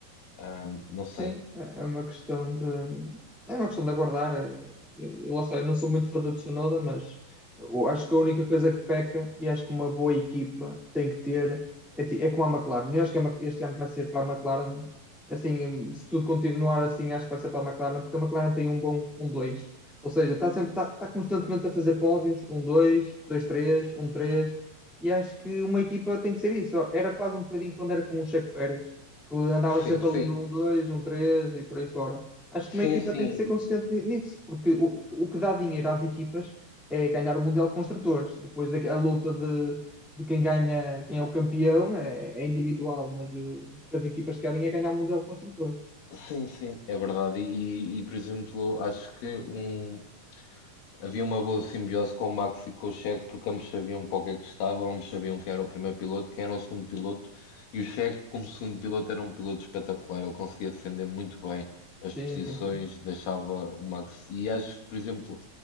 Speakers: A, on the left; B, in the centre.
A: Ah, não
B: Sim,
A: sei.
B: é é uma questão de. É uma questão de aguardar. É- é- Lá está, eu não sou muito fã do Tsunoda, mas eu acho que a única coisa que peca, e acho que uma boa equipa tem que ter, é, ti- é como a McLaren. Eu acho que a Ma- este ano vai ser para a McLaren, assim, se tudo continuar assim, acho que vai ser para a McLaren, porque a McLaren tem um bom um dois Ou seja, está sempre, está, está constantemente a fazer pódios, um dois dois três um três e acho que uma equipa tem que ser isso. Era quase um bocadinho quando era com o Checo Pérez que andava sempre
A: Sim, sim.
B: ali no um dois um três e por aí fora. Acho que uma
A: Sim,
B: equipa
A: sim,
B: tem que ser consistente ni- nisso, porque o, o que dá dinheiro às equipas é ganhar o Mundial de Construtores. Depois a, a luta de, de quem ganha, quem é o campeão é, é individual, mas uh, o que as equipas querem é ganhar o Mundial de Construtores.
A: Sim, sim, é verdade. E, e, por exemplo, acho que um, havia uma boa simbiose com o Max e com o Checo, porque ambos sabiam para o que é que estavam, ambos sabiam quem era o primeiro piloto, quem era o segundo piloto. E o Checo, como segundo piloto, era um piloto espetacular. Ele conseguia defender muito bem as
B: Sim,
A: posições,
B: sim, sim.
A: deixava o Max. E acho que, por exemplo,